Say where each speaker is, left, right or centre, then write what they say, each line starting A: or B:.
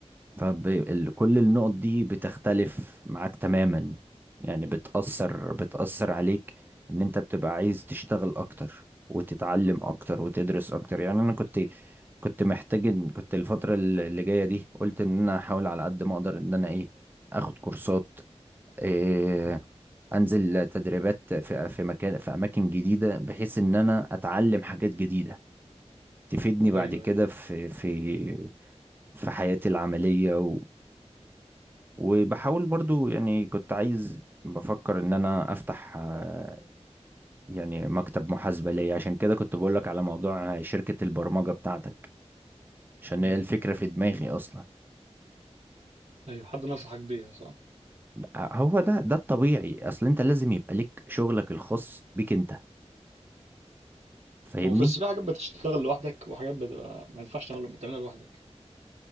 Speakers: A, on the right; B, on the right.
A: فكل النقط دي بتختلف معاك تماما يعني بتأثر بتأثر عليك ان انت بتبقى عايز تشتغل اكتر وتتعلم اكتر وتدرس اكتر يعني انا كنت كنت محتاج إن- كنت الفترة اللي جاية دي قلت ان انا احاول على قد ما اقدر ان انا ايه اخد كورسات آه، انزل تدريبات في في مكان في اماكن جديده بحيث ان انا اتعلم حاجات جديده تفيدني بعد
B: ايوه
A: كده
B: ايوه
A: في في في حياتي العمليه و وبحاول برضو يعني كنت عايز بفكر ان انا افتح آه، يعني مكتب محاسبه ليا عشان كده كنت بقول لك على موضوع شركه البرمجه بتاعتك عشان
B: امم
A: هي الفكره في دماغي اصلا
B: ايوه حد نصحك بيها صح؟
A: هو ده ده الطبيعي اصل انت لازم يبقى لك شغلك الخاص بيك انت فاهمني
B: هو في بس في حاجات بتشتغل لوحدك وحاجات بتبقى ما ينفعش تعمل- تعملها لوحدك